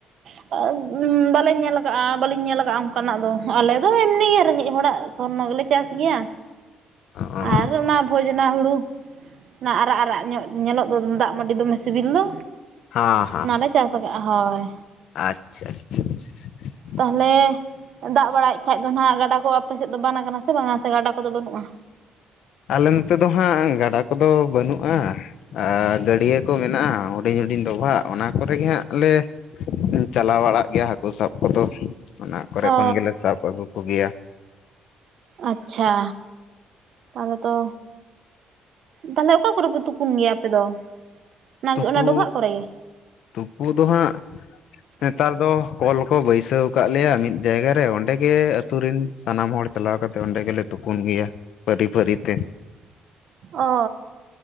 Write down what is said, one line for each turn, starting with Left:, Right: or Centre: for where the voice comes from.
Right: <inaudible> ᱵᱟᱞᱮ ᱧᱮᱞ ᱠᱟᱜ-ᱟ, ᱵᱟᱹᱞᱤᱧ ᱧᱮᱞ ᱠᱟᱜ-ᱟ, ᱚᱱᱠᱟᱱᱟᱜ ᱫᱚ ᱟᱞᱮ ᱫᱚ ᱮᱢᱱᱤ ᱨᱮᱸᱜᱮᱡ ᱦᱚᱲᱟᱜ ᱥᱚᱨᱱᱚ ᱜᱮᱞᱮ ᱪᱟᱥ ᱜᱮᱭᱟ
Left: ᱚ ᱦᱟᱸ
Right: ᱟᱨ ᱚᱱᱟ ᱵᱷᱚᱡᱽᱱᱟ ᱦᱩᱲᱩ ᱾ ᱚᱱᱟ ᱟᱨᱟᱜ ᱟᱨᱟᱜ ᱧᱚᱜ ᱧᱮᱞᱚᱜ ᱫᱚ ᱫᱟᱜ ᱢᱟᱹᱰᱤ ᱫᱚᱢᱮ ᱥᱤᱵᱤᱞ ᱫᱚ
Left: ᱦᱟᱸ
Right: ᱚᱱᱟᱞᱮ ᱪᱟᱥ ᱟᱠᱟᱜ-ᱟ ᱦᱳᱭ᱾
Left: ᱟᱪᱪᱷᱟ ᱟᱪᱪᱷᱟ ᱟᱪᱪᱷᱟ ᱾
Right: ᱛᱟᱦᱚᱞᱮ ᱫᱟᱜ ᱵᱟᱲᱟᱭᱮᱫ ᱠᱷᱟᱡ ᱫᱚ ᱱᱟᱦᱟᱜ ᱜᱟᱰᱟ ᱠᱚ ᱟᱯᱮ ᱥᱮᱫ ᱫᱚ ᱵᱟᱱ ᱠᱟᱱᱟ ᱥᱮ ᱵᱟᱝᱟ ᱥᱮ ᱜᱟᱰᱟ ᱠᱚᱫᱚ ᱵᱟᱹᱱᱩᱜ-ᱟ?
Left: ᱟᱞᱮ ᱱᱚᱛᱮ ᱫᱚ ᱦᱟᱸᱜ ᱜᱟᱰᱟ ᱠᱚᱫᱚ ᱵᱟᱹᱱᱩᱜᱼᱟ, ᱟᱸ ᱜᱟᱹᱰᱭᱟᱹ ᱠᱚ ᱢᱮᱱᱟᱜᱼᱟ᱾ ᱦᱩᱰᱤᱧ ᱦᱩᱰᱤᱧ ᱰᱚᱵᱷᱟᱜ ᱚᱱᱟ ᱠᱚᱨᱮ ᱜᱮ ᱦᱟᱸᱜ ᱞᱮ ᱪᱟᱞᱟᱣ ᱵᱟᱲᱟᱜ ᱜᱮᱭᱟ ᱦᱟᱹᱠᱩ ᱥᱟᱵ ᱠᱚᱫᱚ ᱾ ᱚᱱᱟ ᱠᱚᱨᱮ
Right: ᱚ
Left: ᱠᱷᱚᱱᱜᱮᱞᱮ ᱥᱟᱵ ᱟᱹᱜᱩ ᱠᱚᱜᱮᱭᱟ ᱾
Right: ᱟᱪᱪᱷᱟ, ᱛᱟᱦᱚᱞᱮ ᱛᱚ ᱛᱟᱦᱚᱞᱮ ᱚᱠᱟ ᱠᱚᱨᱮ ᱯᱮ ᱛᱩᱯᱩᱱ ᱜᱮᱭᱟ ᱟᱯᱮ ᱫᱚ? ᱚᱱᱟ
Left: ᱛᱩᱯᱩ,
Right: ᱚᱱᱟ ᱰᱚᱵᱷᱟᱜ ᱠᱚᱨᱮ ᱜᱮ
Left: ᱛᱩᱯᱩ ᱫᱚ ᱦᱟᱸᱜ ᱱᱮᱛᱟᱨ ᱫᱚ ᱠᱚᱞ ᱠᱚ ᱵᱟᱹᱭᱥᱟᱹᱣ ᱟᱠᱟᱫ ᱞᱮᱭᱟ ᱢᱤᱫ ᱡᱟᱭᱜᱟ ᱨᱮ ᱚᱸᱰᱮ ᱜᱮ ᱟᱛᱩ ᱨᱤᱱ ᱥᱟᱱᱟᱢ ᱦᱚᱲ ᱪᱟᱞᱟᱣ ᱠᱟᱛᱮ ᱚᱸᱰᱮ ᱜᱮᱞᱮ ᱛᱩᱯᱩᱱ ᱜᱮᱭᱟ ᱯᱟᱹᱨᱤ ᱯᱟᱹᱨᱤ ᱛᱮ᱾
Right: ᱚ